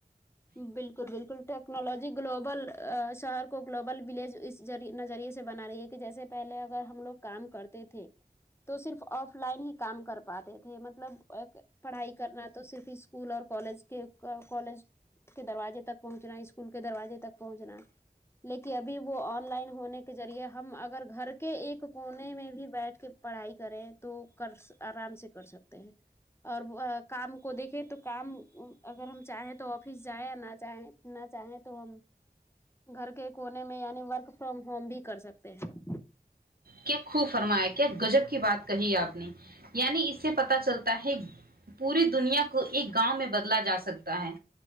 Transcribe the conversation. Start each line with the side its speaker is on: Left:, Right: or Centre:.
Left: بالکل بالکل ٹیکنالوجی گلوبل شہر کو گلوبل ولیج اس نظریے سے بنا رہی ہے کہ جیسے پہلے اگر ہم لوگ کام کرتے تھے تو صرف آف لائن ہی کام کر پاتے تھے مطلب ایک پڑھائی کرنا تو صرف اسکول اور کالج کے کالج کے دروازے تک پہنچنا اسکول کے دروازے تک پہنچنا لیکن ابھی وہ آن لائن ہونے کے ذریعے ہم اگر گھر کے ایک کونے میں بھی بیٹھ کے پڑھائی کریں تو کر آرام سے کر سکتے ہیں اور کام کو دیکھے تو کام اگر ہم چاہیں تو تو آفس جائیں نہ چاہیں نہ چاہیں تو ہم گھر کے کونے میں یعنی ورک فرام ہوم بھی کر سکتے ہیں
Right: کیا خوب فرمایا کیا گجب کی بات کہی آپ نے یعنی اس سے پتا چلتا ہے پوری دنیا کو ایک گاؤں میں بدلا جا سکتا ہے